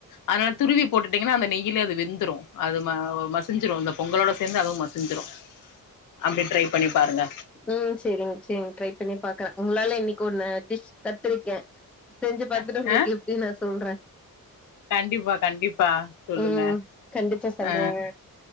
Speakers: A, on the left; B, in the centre.
A: அதனால துருவி போட்டுட்டீங்கனா அந்த நெய்யிலே அது வெந்துரு அது ம மசிஞ்சுரு இந்தப் பொங்கலோட சேந்து அதுவும் மசிஞ்சுரு அப்டி ட்ரைப் பண்ணி பாருங்க
B: ம் சேரிங்க சேங் ட்ரைப் பண்ணி பாக்றே உங்ளால இன்னைக்கு ஒன்னு டிஷ் கத்துருக்கே செஞ்சு பாத்துட்டு
A: அ
B: உங்ளுக்கு
A: ஆ
B: எப்டி நா சொல்றே
A: கண்டிப்பா கண்டிப்பா சொல்லுங்க
B: ம் கண்டிப்பா சொல்றேங்க
A: அ